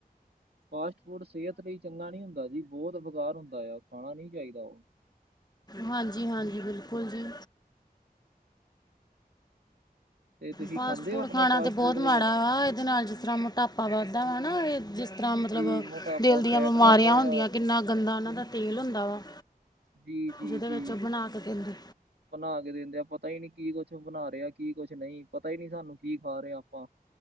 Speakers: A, on the right; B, on the left.
A: ਫਾਸਟ ਫੂਡ ਸਿਹਤ ਲਈ ਚੰਗਾ ਨੀ ਹੁੰਦਾ, ਜੀ ਬਹੁਤ ਬੇਕਾਰ ਹੁੰਦਾ ਆ ਖਾਣਾ ਨੀ ਚਾਹੀਦਾ ਉਹ।
B: ਹਾਂਜੀ, ਹਾਂਜੀ ਬਿਲਕੁਲ ਜੀ।
A: ਤੇ ਤੁਸੀਂ
B: ਫਾਸਟ
A: ਖਾਂਦੇ
B: ਫੂਡ
A: ਹੋ ਆਪਣਾ
B: ਖਾਣਾ
A: ਫਾਸਟ
B: ਤੇ ਬਹੁਤ
A: ਫੂਡ ਵਗੈਰਾ
B: ਮਾੜਾ ਵ ਇਹਦੇ ਨਾਲ ਜਿਸ ਤਰ੍ਹਾਂ ਟਾਪਾ ਵੱਧਦਾ ਵਾ ਨਾ, ਇਹ ਜਿਸ ਤਰ੍ਹਾਂ ਮਤਲਬ
A: ਜੀ ਮੋਟਾਪਾ,
B: ਦਿਲ ਦੀਆਂ
A: ਫੈਟ
B: ਬਿਮਾਰੀਆਂ
A: ਵੱਧਦਾ
B: ਹੁੰਦੀਆਂ
A: ਆ,
B: ਕਿੰਨਾ ਗੰਦਾ ਨਾ ਦਾ ਤੇਲ ਹੁੰਦਾ ਵਾ
A: ਜੀ-ਜੀ-ਜੀ।
B: ਜਿਹਦੇ ਵਿੱਚ ਉਹ ਬਣਾ ਕੇ ਦਿੰਦੇ
A: ਬਣਾ ਕੇ ਦਿੰਦੇ ਆ ਪਤਾ ਹੀ ਨਹੀਂ ਕੀ ਕੁਛ ਬਣਾ ਰਿਹਾ ਕੀ ਕੁਛ ਨਹੀਂ ਪਤਾ ਹੀ ਨਹੀਂ ਸਾਨੂੰ ਕੀ ਖਾ ਰਹੇ ਆਪਾਂ